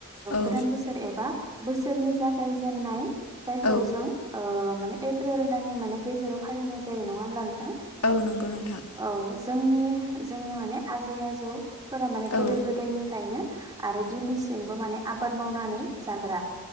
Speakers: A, on the left; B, on the right.
A: औ
B: गोदान बोसोर एबा बोसोरनि जागायजेेननाय जायखौ
A: औ
B: जों ओ माने एप्रिल दाननि माने गेजेराव फालिनाय जायो नङा होमब्ला नोंथां
A: औ नंगौ नोंथां
B: औ जोंनि जोंनि माने आजै आजौफोरा माने गोदो
A: औ
B: गोदायनिफ्रायनो आरो दिनैसिमबो माने आबाद मावनानै जाग्रा